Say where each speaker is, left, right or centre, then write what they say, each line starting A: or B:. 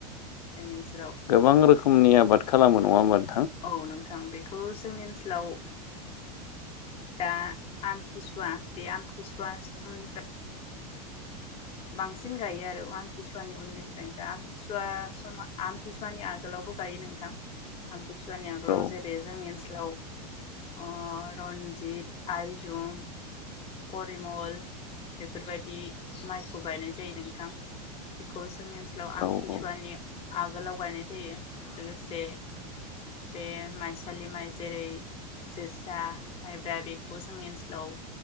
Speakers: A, on the left (about 30°); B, on the left (about 80°).
A: जोंनि ओनसोलाव
B: गोबां रोखोमनि आबाद खालामो नङा होनोमबा नों
A: औ नों थां बेखौ जोंनि ओनसोलाव दा आमथिसुवा बे आमथिसुवा समनिफ्राय बांसिन गायो आरो आमथिसुवानि उननिफ्रायनो दा आमथिसुवा समा आमथिसुवानि आगोलावबो गायो नोंथां आमथिसुवा नि आगोलाव
B: औ
A: जोंनि ओ ओनस लाव ओ रन्जित आइजं परिमल बेफोरबायदि माइखौ गायनाय जायो नोंथां बेखौ जोंनि ओनसोलाव
B: औ
A: आमथिसुवानि
B: औ
A: आगोलाव गायनाय जायो लोगोसे बे माइसालि माइ जेरै जोसा माइब्रा बेखौ जोंनि ओनसोलाव